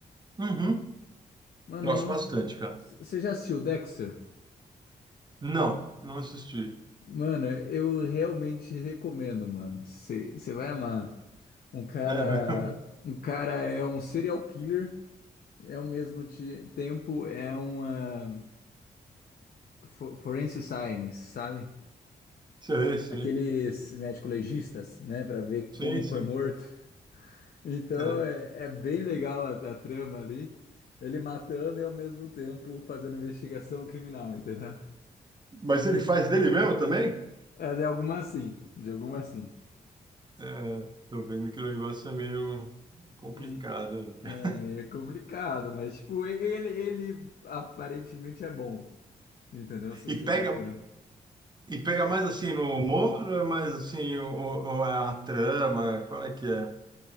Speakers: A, on the right; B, on the left.
A: Uhum.
B: Mano,
A: Gosto
B: não.
A: bastante, cara.
B: Você já assistiu Dexter?
A: Não, não assisti.
B: Mano, eu realmente recomendo, mano. Você vai amar. Um cara.
A: É, mesmo?
B: Um cara é um serial killer, é ao mesmo ti- tempo é uma fo- forensic science, sabe?
A: <laughs> sei, sei.
B: Aqueles médico-legistas, né, Pra ver
A: Sim,
B: como foi
A: sim,
B: morto. Então
A: cara.
B: é, é bem legal a, a trama ali. Ele matando e ao mesmo tempo fazendo investigação criminal, entendeu?
A: Mas ele faz dele mesmo também?
B: É de alguma sim, de alguma sim.
A: É, tô vendo que o negócio é meio complicado
B: E-
A: aí, cara.
B: É, é complicado, mas tipo, ele, ele aparentemente é bom, entendeu? Se,
A: E
B: se
A: pega,
B: for por...
A: e pega mais assim no humor, ou é mais assim, ou, ou é a trama? Qual é que é?